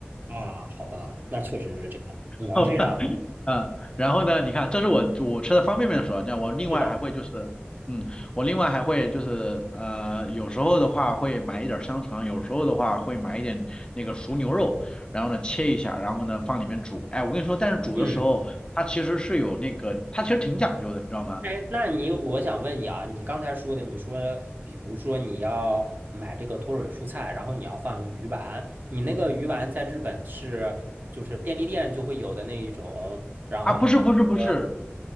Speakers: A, on the right; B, on the left.
A: 啊，好吧，那确实是这样，只能这样了。
B: 好吧，嗯，然后呢，你看，这是我我吃的方便面的时候，你知道，我另外还会就是，
A: 是的。
B: 嗯，我另外还会就是，呃，有时候的话会买一点儿香肠，有时候的话会买一点那个熟牛肉，然后呢切一下，然后呢放里面煮。哎，我跟你说，但是煮的时候它其实是有那个，
A: 嗯。
B: 它其实挺讲究的，你知道吗？
A: 哎，那你我想问你啊，你刚才说的，你说比如说你要买这个脱水蔬菜，然后你要放鱼丸，你那个鱼丸在日本是就是便利店就会有的那一种，然后还说
B: 啊，不是不是不是，